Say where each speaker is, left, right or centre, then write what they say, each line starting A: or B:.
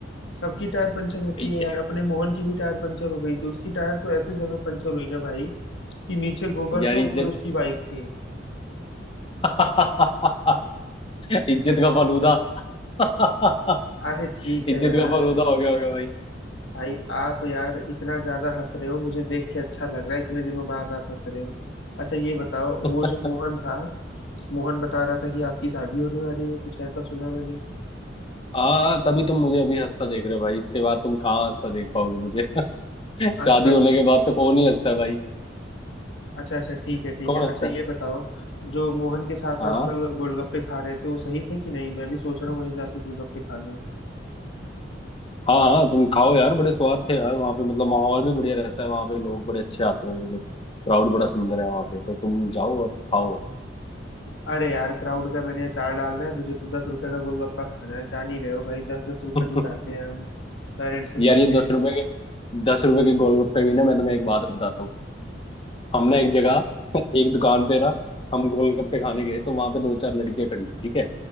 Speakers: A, on the left; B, on the left.
A: सबकी टायर पंचर होती
B: <laughs>
A: है यार अपने मोहन की भी टायर पंचर हो गई थी उसकी टायर तो ऐसे जगह पंचर हुई ना भाई कि नीचे गोबर
B: यार
A: था
B: इज्जत
A: ऊपर उसकी बाइक थी
B: <laughs> इज्जत का फलूदा <laughs>
A: अरे ठीक
B: इज्जत
A: है यार
B: का फलूदा हो गया होगा भाई
A: भाई आप यार इतना ज्यादा हंस रहे हो मुझे देख के अच्छा लग रहा है इतने दिनों बाद आप हंस रहे हो अच्छा ये बताओ
B: <laughs>
A: वो जो मोहन था मोहन बता रहा था कि आपकी शादी होने वाली है कुछ ऐसा सुना मैंने
B: हाँ तभी तुम मुझे अभी हंसता देख रहे हो भाई इसके बाद तुम कहाँ हंसता देख पाओगे मुझे <laughs> शादी
A: अच्छा
B: होने
A: अच्छा
B: के बाद तो कौन ही हंसता है भाई
A: अच्छा अच्छा ठीक है ठीक
B: कौन
A: है
B: हंसता
A: अच्छा ये
B: है
A: बताओ जो मोहन के साथ
B: हाँ
A: आप कल गोलगप्पे खा रहे थे वो सही थे कि नहीं मैं भी सोच रहा हूँ वहीं जाके गोलगप्पे खा लूँ
B: हाँ हाँ तुम खाओ यार बड़े स्वाद थे यार वहाँ पे मतलब माहौल भी बढ़िया रहता है वहाँ पे लोग बड़े अच्छे आते हैं मतलब क्राउड बड़ा सुंदर है वहाँ पे तो तुम जाओ और खाओ
A: अरे यार क्राउड का मैंने अचार डालना है मुझे तो दस रुपए का गोलगप्पा खाना है जान ही रहे हो भाई दस दस रुपए
B: <laughs>
A: जुटाते हैं हम पेरेंट्स से मिलते
B: यार ये
A: हैं
B: दस रुपए के दस रुपए के गोलगप्पे भी ना मैं तुम्हें एक बात बताता हूँ हमने एक जगह <laughs> एक दुकान पे ना हम गोलगप्पे खाने गए तो वहाँ पे दो चार लड़के खड़ी थी ठीक है